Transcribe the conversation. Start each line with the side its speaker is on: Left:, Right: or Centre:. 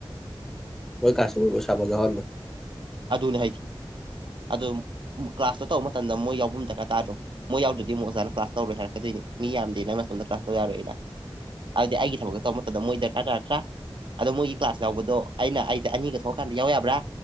Centre: ꯍꯣꯏ ꯀꯁꯤꯕꯨꯕ ꯁꯕꯒꯦ ꯍꯜꯂꯣ
Right: ꯑ ꯑꯗꯨꯅ ꯍꯥꯏꯁꯤ ꯑꯗꯨ ꯀ꯭ꯂꯥꯁꯇꯣ ꯇꯧꯕ ꯃꯇꯝꯗ ꯃꯣꯏ ꯌꯥꯎꯕ ꯑꯃ ꯗꯔꯀꯥꯔ ꯇꯥꯔ꯭ꯔꯣ ꯃꯣꯏ ꯌꯥꯎꯗ꯭ꯔꯗꯤ ꯑꯃꯨꯛ ꯑꯣꯖꯥꯅ ꯀ꯭ꯂꯥꯁ ꯇꯧꯔꯣꯏ ꯍꯥꯏꯔꯛꯀꯗꯣꯏꯅꯤ ꯃꯤ ꯌꯥꯝꯗꯦ ꯅꯪ ꯅꯣꯝꯗ ꯀ꯭ꯂꯥꯁ ꯇꯧ ꯌꯥꯔꯣꯏꯅ ꯑꯗꯨꯗꯤ ꯑꯩꯒꯤ ꯊꯕꯛꯇ ꯇꯧꯕ ꯃꯇꯝꯗ ꯃꯣꯏ ꯗꯔꯀꯥꯔ ꯇꯥꯔꯗ꯭ꯔꯥ ꯑꯗꯣ ꯃꯣꯏꯒꯤ ꯀ꯭ꯂꯥꯁ ꯌꯥꯎꯕꯗꯣ ꯑꯩꯅ ꯑꯩꯁꯦ ꯑꯅꯤꯒ ꯊꯣꯛꯑꯀꯥꯟꯗ ꯌꯥꯎ ꯌꯥꯕ꯭ꯔꯥ